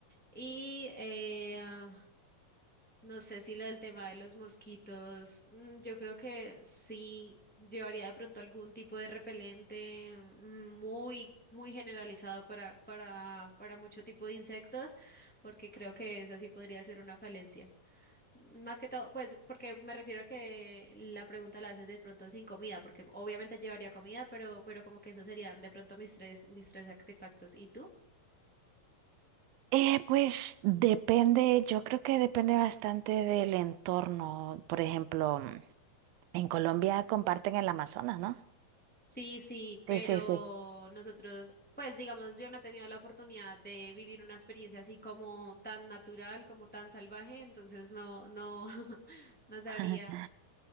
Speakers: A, in the centre; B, on the right (about 85°).
A: Y eh, no sé si lo del tema de los mosquitos, mm, yo creo que sí llevaría de pronto algún tipo de repelente mm, muy, muy generalizado para, para, para mucho tipo de insectos, porque creo que esa sí podría ser una falencia. Más que todo, pues, porque me refiero a que la pregunta la haces de pronto sin comida, porque obviamente llevaría comida, pero, pero como que esos serían de pronto mis tres, mis tres artefactos. ¿Y tú?
B: Eh, pues depende, yo creo que depende bastante del entorno. Por ejemplo, en Colombia comparten el Amazonas, ¿no?
A: Sí, sí, pero
B: Sí, sí, sí.
A: nosotros, pues digamos, yo no he tenido la oportunidad de vivir una experiencia así como tan natural, como tan salvaje, entonces no, no, <laughs> no sabría.
B: <laughs>